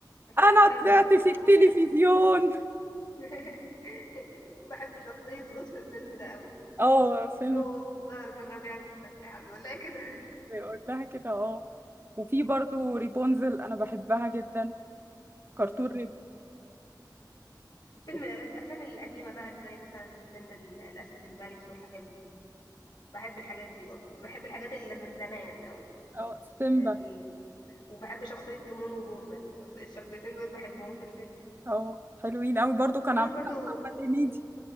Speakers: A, on the left (about 65°); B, on the right (about 30°).
A: الفيلم
B: أنا
A: ده حلو
B: طلعت
A: وم-
B: في
A: ومعمول
B: التلفزيون
A: حلو <laughs> بحب شخصية روز في الفيلم ده قوي
B: اه فيلم
A: روز زهرة الربيع المتفتحة بيقول لها كده
B: بيقول لها كده اه وفي برضو ريبونزل أنا بحبها جدا كرتون
A: مم. وفيلم
B: ريبونزل
A: الأفلام القديمة بقى اللي زي مثلا فيلم ال- الأسد الملك والحاجات دي بحب الحاجات دي برضو بحب الحاجات اللي من زمان قوي
B: اه سيمبا
A: يعني وبحب شخصية تيمون وبومبا شخصية الشخصيتين دول بحبهم في الفيلم
B: اه حلوين قوي برضو كان
A: تيمون
B: عامل
A: برضو
B: محمد هنيدي